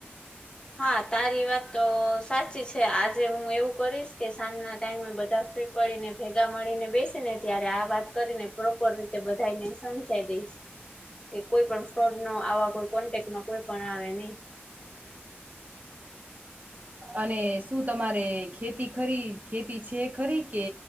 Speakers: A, on the left (about 20°); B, on the right (about 40°).
A: હા તારી વાત તો સાચી છે આજે હું એવું કરીશ કે સાંજના ટાઈમે બધા ફ્રી પડીને ભેગા મળીને બેસે ને ત્યારે આ વાત કરીને પ્રોપર રીતે બધાને સમજાઈ દઈશ કે કોઈ પણ ફ્રોડ નો આવા કોઈ કોન્ટેકમાં કોઈ પણ આવે નહી
B: અને શું તમારે ખેતી ખરી ખેતી છે ખરી કે